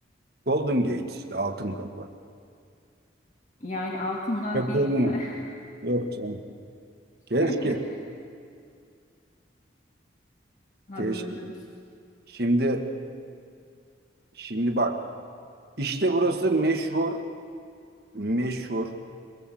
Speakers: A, on the right; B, on the left.
A: Golden Gate işte altın kapı.
B: Yani altından
A: Yok
B: değil,
A: görmedim.
B: değil mi?
A: Yok canım. Keşke.
B: <laughs> Anladım.
A: Keşke. Şimdi şimdi bak. İşte burası meşhur meşhur.